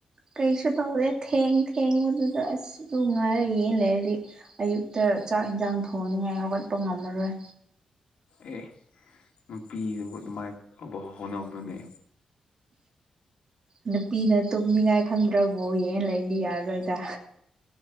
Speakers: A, on the right; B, on the left.
A: ꯀꯩꯁꯨ ꯇꯧꯋꯠ ꯊꯦꯡ ꯊꯦꯡꯕꯗꯨꯗ ꯑꯁ ꯑꯗꯨ ꯉꯥꯏꯔ ꯌꯦꯡ ꯂꯩꯔꯗꯤ ꯑꯌꯨꯛꯇ ꯆꯥꯛ ꯏꯟꯖꯥꯡ ꯊꯣꯡꯅꯤꯡꯉꯥꯏ ꯍꯧꯒꯠꯄ ꯉꯝꯃꯔꯣꯏ꯫
B: ꯑꯦ ꯅꯨꯄꯤꯗꯨꯕꯨ ꯑꯗꯨꯃꯥꯏꯅ ꯑꯕ ꯍꯧ ꯍꯣꯠꯅꯕꯗꯨꯅꯦ
A: ꯑ ꯅꯨꯄꯤꯅ ꯇꯨꯝꯅꯤꯡꯉꯥꯏ ꯈꯪꯗ꯭ꯔꯕꯣ ꯌꯦ ꯂꯩꯅꯤ ꯌꯥꯔꯔꯣꯏꯗ